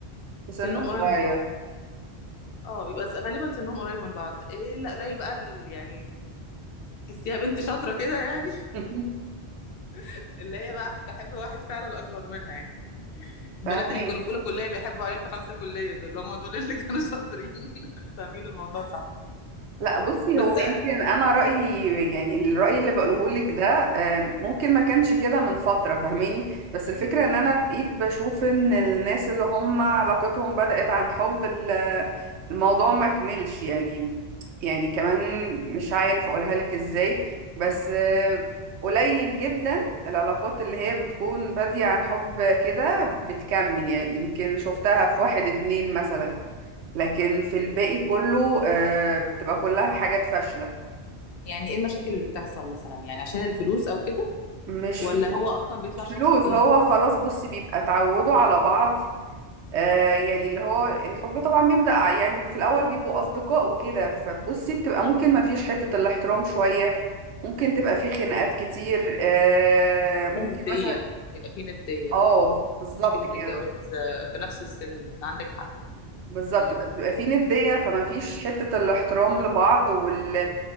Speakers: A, on the right; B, on the left.
A: لسن
B: سنهم قريب
A: صغير
B: من بعض اه بيبقى س- غالبا سنهم قريب من بعض ايه لا قليل بقى ال- يعني تحسيها بنت شاطره كده يعني
A: <laughs>
B: <laughs> اللي هي بقى تحب واحد فعلا اكبر منها يعني البنات
A: فاهمين
B: اللي كانوا في اولى كليه بيحبوا عيال في خمسه كليه دول هم دول اللي كانوا شاطرين <laughs> فاهمين الموضوع صح
A: لا بصي
B: بس
A: هو يمكن انا رايي يعني الراي اللي بقوله لك ده آه، ممكن ما كانش كده من فتره فاهماني بس الفكره ان انا بقيت بشوف ان الناس اللي هم علاقتهم بدات عن حب ال- الموضوع ما كملش يعني يعني كمان مش عارف اقولها لك ازاي بس آه، قليل جدا العلاقات اللي هي بتكون بادية عن حب كده بتكمل يعني يمكن شفتها في واحد اتنين مثلا لكن في الباقي كله آه، بتبقى كلها حاجات فاشلة
B: يعني ايه المشاكل اللي بتحصل مثلا يعني عشان الفلوس او كده
A: مش
B: ولا
A: فلوس
B: هو اصلا بيطلع
A: مش
B: شخص
A: فلوس
B: تاني
A: هو خلاص بصي بيبقى اتعودوا على بعض آه، يعني اللي هو الحب طبعا بيبدأ ع- يعني في الأول بيبقوا أصدقاء وكده فبصي بتبقى ممكن ما فيش حتة الاحترام شوية ممكن تبقى في خناقات كتير آه،
B: بيبقى
A: ممكن
B: فيه نديه
A: مثلا
B: بيبقى فيه نديه
A: اه بالظبط
B: ومشكله
A: كده
B: الجواز آه، في نفس السن عندك حق
A: بالظبط
B: امم
A: بقى- بيبقى في ندية فما فيش حتة الاحترام لبعض وال...